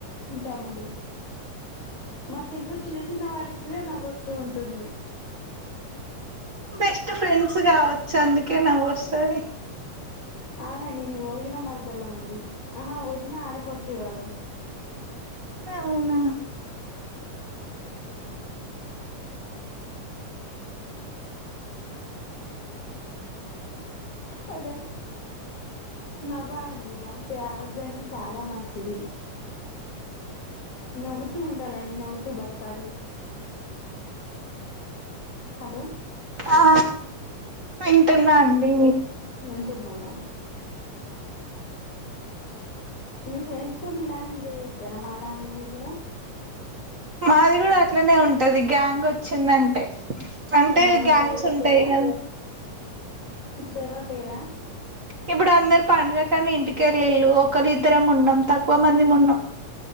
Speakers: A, on the left; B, on the right.
A: ఉంటామండి. మాకు ఎందుకో చిన్న చిన్న వాటికి కూడా నవ్వుస్తూ ఉంటుంది.
B: బెస్ట్ ఫ్రెండ్స్ కావచ్చు అందుకే నవ్వుస్తది
A: అవునండి మేము వదిన మరదళ్ళంమండి. ఆహా వదినా ఆడపరుచు వాళ్ళం.
B: అవునా
A: హలో నవ్వాలండి. నవ్వితే ఆరోగ్యానికి చాలా మంచిది. నవ్వుతూ ఉండాలని, నవ్వుతూ బతకాలి. హలో
B: ఆ వింటున్నా అండి
A: వింటున్నానే మీ ఫ్రెండ్స్తో ఇలానే ఎంజాయ్ చేస్తారా మా లానే మీరు కూడా
B: మాది కూడా అట్లనే ఉంటది గ్యాంగ్ వచ్చిందంటే అంటే
A: అవునా ఇప్పుడు
B: గ్యాంగ్స్
A: ఎవరు
B: ఉంటాయి
A: లేరా
B: కదా
A: ఇప్పుడు ఎవరు లేరా
B: ఇప్పుడు అందరు పండగ కానీ ఇంటికెళ్ళళ్ళు ఒకరి ఇద్దరం ఉన్నాం తక్కువ మంది ఉన్నాం